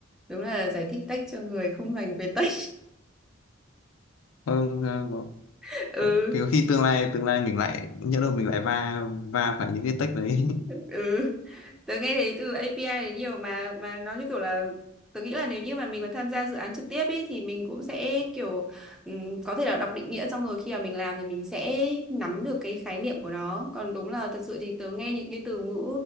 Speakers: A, in the centre; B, on the left.
A: Đúng là giải thích tech cho người không dành về tech.
B: Ừ, ờ, có,
A: <laughs>
B: có
A: Ừ.
B: có khi tương lai tương lai mình lại nhớ đâu mình lại va va phải những cái tech đấy.
A: <laughs>
B: <laughs>
A: ừ tớ nghe thấy từ API đấy nhiều mà mà nó như kiểu là tớ nghĩ là nếu như mà mình mà tham gia dự án trực tiếp ấy thì mình cũng sẽ kiểu ừm, có thể là đọc định nghĩa xong rồi khi mà mình làm thì mình sẽ nắm được cái khái niệm của nó còn đúng là thật sự thì tớ nghe những cái từ ngữ